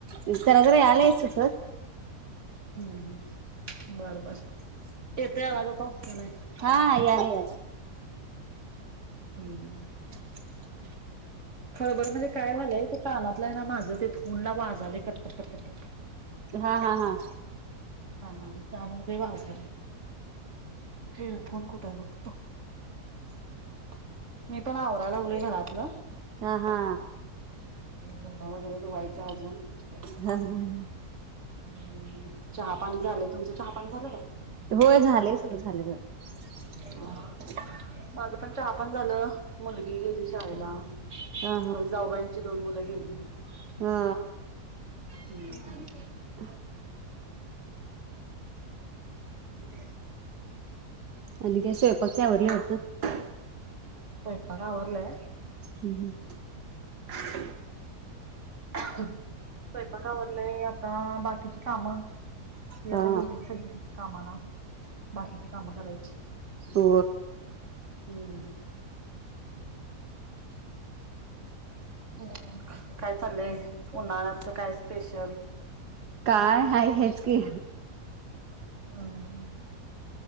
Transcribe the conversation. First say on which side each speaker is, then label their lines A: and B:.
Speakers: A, on the right; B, on the right.
A: जरा जरा यालयस तस
B: हम्म हम्म बर बर ये ते आवाज आता. का नाही?
A: हा यालय यालय.
B: हम्म.
A: <inaudible>
B: खडबड म्हणजे काय व्हालय ते कानातलं हाय ना माझं ते फोनला वाजालय कटकट कट
A: हा हा हा
B: हा त्यामध्ये बाजार हेड फोन कुठय बघ <inaudible> मी पण आवराय लागलोय घरातलं
A: हा हा
B: धून वगैरे धुवायचय अजून
A: हा हम ह
B: हम्म चहा पाणी झालं तुमचं चहा पाणी झालं का
A: होय झालय सगळं झालं बघा
B: हा माझं पण चहा पण झालं मुलगी गेली शाळेला
A: हा हा
B: पण जाऊबाईची दोन मुलं गेली ह्
A: हा
B: हम्म
A: अ
B: ह
A: आणि जे स्वयंपाक ते आवरलंय वाटत
B: स्वयंपाक आवरलाय
A: हम् हम्
B: स्वयंपाक आवरले आता बाकीची काम ते
A: हा
B: आता गेलेत सगळे कामला बाकीची काम करायची
A: हो
B: हम्म अ काय चाललंय उन्हाळ्याच काय स्पेशल
A: काय आहे हेच की
B: हम्म